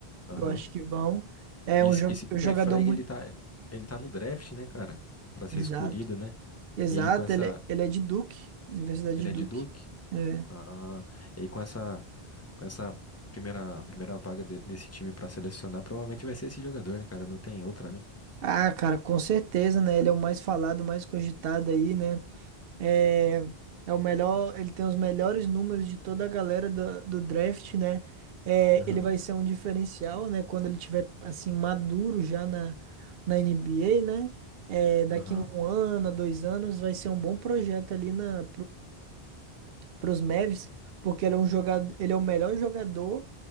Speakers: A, on the left; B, on the right.
A: aham.
B: Eu acho que vão. É
A: Esse,
B: um jo-
A: esse Cooper
B: um jogador
A: Flag,
B: muito.
A: ele tá, ele tá no draft, né, cara? Pra ser
B: Exato.
A: escolhido, né?
B: Exato,
A: E aí com essa...
B: ele, ele é de Duke, Universidade
A: Ele
B: de Duke.
A: é de Duke?
B: É.
A: Ah, e aí com essa... Com essa primeira, primeira vaga de- desse time pra selecionar, provavelmente vai ser esse jogador, né, cara? Não tem outra, né?
B: Ah, cara, com certeza, né? Ele é o mais falado, mais cogitado aí, né? É, é o melhor, ele tem os melhores números de toda a galera do, do draft, né? É,
A: Aham,
B: ele vai ser um diferencial, né? Quando ele tiver, assim, maduro já na, na NBA, né? É, daqui
A: aham.
B: a um ano, a dois anos, vai ser um bom projeto ali na, para os Mavs, porque ele é um jogador, ele é o melhor jogador